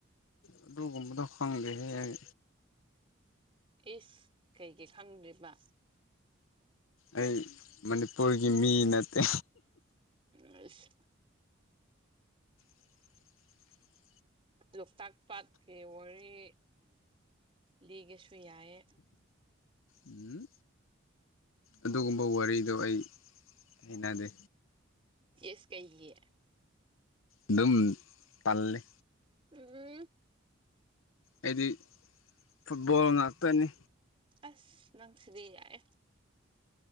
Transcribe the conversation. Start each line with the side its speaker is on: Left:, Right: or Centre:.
Left: ꯣ <inaudible> ꯑꯗꯨꯒꯨꯝꯕꯗ ꯍꯪꯗꯦꯍꯦ <inaudible>
Right: ꯏꯁ ꯀꯩꯒꯤ ꯈꯪꯗ꯭ꯔꯤꯕ
Left: ꯑꯩ ꯃꯅꯤꯄꯨꯔꯒꯤ ꯃꯤ ꯅꯠꯇꯦ
Right: ꯑꯁ
Left: <inaudible>
Right: ꯂꯣꯛꯇꯥꯛ ꯄꯥꯠꯀꯤ ꯋꯥꯔꯤ ꯂꯤꯒꯁꯨ ꯌꯥꯏ
Left: ꯎꯝ ꯑꯗꯨꯒꯨꯝꯕ ꯋꯥꯔꯤꯗꯣ ꯑꯩ ꯍꯩꯅꯗꯦ
Right: ꯑꯩꯁ ꯀꯩꯒꯤ
Left: ꯑꯗꯨꯝ ꯇꯜꯂꯦ
Right: ꯎꯝ <inaudible>
Left: ꯑꯩꯗꯤ ꯐꯨꯠꯕꯣꯜ ꯉꯥꯛꯇꯅꯤ
Right: ꯑꯁ ꯅꯪꯁꯤꯗꯤ ꯌꯥꯏꯍꯦ